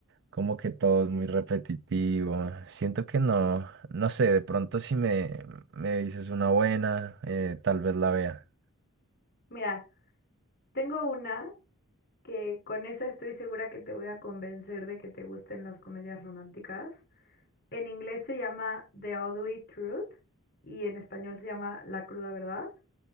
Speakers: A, on the right; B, on the left.
A: como que todo es muy repetitivo. Siento que no, no sé, de pronto si me, me dices una buena, eh, tal vez la vea.
B: Mira, tengo una que con esa estoy segura que te voy a convencer de que te gusten las comedias románticas. En inglés se llama The Ugly Truth y en español se llama La cruda verdad.